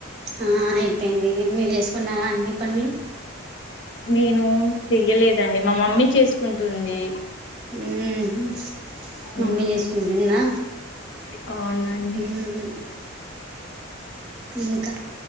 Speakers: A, on the right; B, on the left.
A: ఆ అయిపోయింది. మీరు చేసుకున్నారా అన్ని పనులు.
B: నేను చెయ్యలేదండి. మా మమ్మీ చేసుకుంటుంది.
A: ఉమ్ హు మమ్మీ
B: ఉమ్,
A: చేసుకుంటుందా?
B: అవునండి
A: మ్మ్ ఇంకా